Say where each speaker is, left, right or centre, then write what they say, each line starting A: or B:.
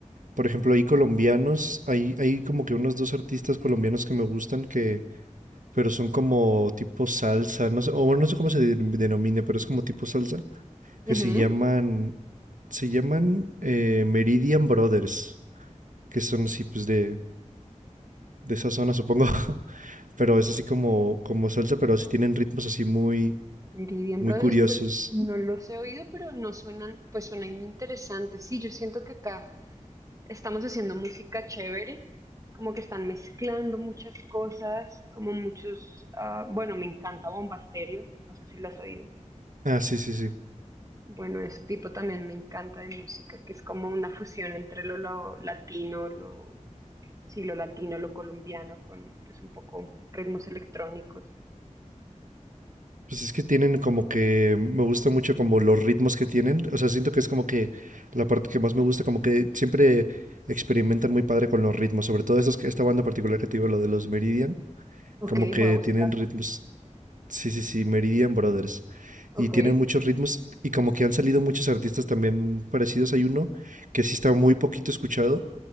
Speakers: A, on the right; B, on the right.
A: por ejemplo, hay colombianos, hay, hay como que unos dos artistas colombianos que me gustan que, pero son como tipo salsa, no sé, o bueno, no sé cómo se de- denomine, pero es como tipo salsa,
B: Ujú.
A: que se llaman, se llaman eh, Meridian Brothers, que son así pues de, de esa zona, supongo. <laughs> pero es así como, como salsa, pero así tienen ritmos así muy,
B: Meridian
A: muy
B: Brothers,
A: curiosos.
B: pues no los he oído, pero no suenan, pues suenan interesantes. Sí, yo siento que acá estamos haciendo música chévere, como que están mezclando muchas cosas, como muchos, ah, bueno, me encanta Bomba Estéreo, no sé si lo has oído.
A: Ah, sí, sí, sí.
B: Bueno, ese tipo también me encanta de música, que es como una fusión entre lo, lo latino, lo, sí, lo latino, lo colombiano, con pues un poco ritmos electrónicos.
A: Pues es que tienen como que me gusta mucho como los ritmos que tienen. O sea, siento que es como que la parte que más me gusta, como que siempre experimentan muy padre con los ritmos. Sobre todo estos, que- esta banda particular que te digo, lo de los Meridian,
B: Ok,
A: como que
B: voy a buscarla.
A: tienen ritmos. Sí, sí, sí, Meridian Brothers.
B: Ok,
A: Y tienen muchos ritmos y como que han salido muchos artistas también parecidos. Hay uno que sí está muy poquito escuchado,